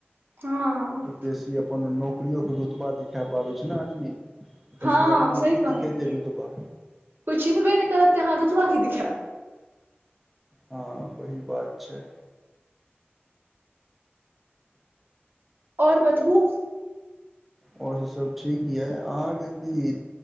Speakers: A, on the right (about 55°); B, in the centre.
A: हँ
B: बेसी अपन नौकरियो के रुतबा दिखा पाबै छै ने आदमी
A: हँ
B: तमिलनाडु मे
A: सही
B: की
A: कहलियै
B: दिखेतै रूतबा
A: कोइ चिन्हबे नै करत तँ अहाँ रुतबा की दिखैब
B: हँ, वही बात छै।
A: आओर बतबू
B: और सभ ठीक यए अहाँकेँ कि